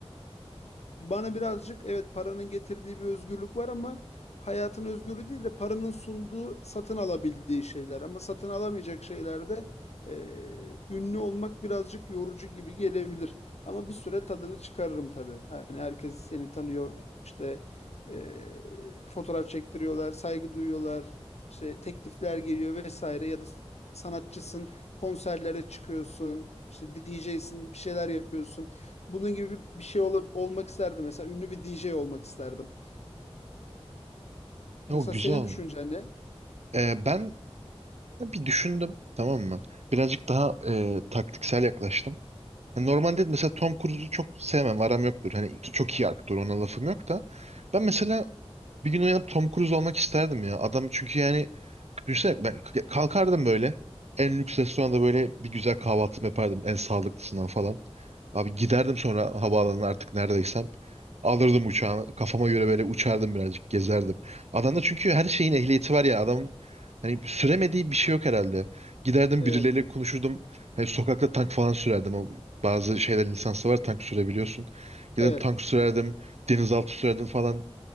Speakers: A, on the left; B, on the right.
A: bana birazcık evet paranın getirdiği bir özgürlük var ama hayatın özgürlüğü değil de paranın sunduğu satın alabildiği şeyler. Ama satın alamayacak şeylerde e, ünlü olmak birazcık yorucu gibi gelebilir. Ama bir süre tadını çıkarırım tabii. Hani herkes seni tanıyor işte e, fotoğraf çektiriyorlar, saygı duyuyorlar, işte teklifler geliyor vesaire ya da sanatçısın konserlere çıkıyorsun. işte DJ'sin bir şeyler yapıyorsun. Bunun gibi bir şey ol- olmak isterdim. Mesela ünlü bir DJ olmak isterdim. Mesela
B: Ya, o güzel
A: senin
B: olur.
A: düşüncen ne?
B: E, ben Ya Bir düşündüm tamam mı? Birazcık daha e, taktiksel yaklaştım. Hani normalde mesela Tom Cruise'u çok sevmem, aram yoktur. Hani çok iyi aktör ona lafım yok da. Ben mesela bir gün uyanıp Tom Cruise olmak isterdim ya. Adam çünkü yani düşünsene ben k- kalkardım böyle. En lüks restoranda böyle bir güzel kahvaltımı yapardım. En sağlıklısından falan. Abi giderdim sonra havaalanına artık neredeysem. Alırdım uçağımı. Kafama göre böyle uçardım birazcık. Gezerdim. Adamda çünkü her şeyin ehliyeti var ya. Adamın hani süremediği bir şey yok herhalde. Giderdim
A: Evet.
B: birileriyle konuşurdum. Hani sokakta tank falan sürerdim. O bazı şeylerin lisansı var tank sürebiliyorsun. Giderdim
A: Evet.
B: tank sürerdim. Denizaltı sürerdim falan.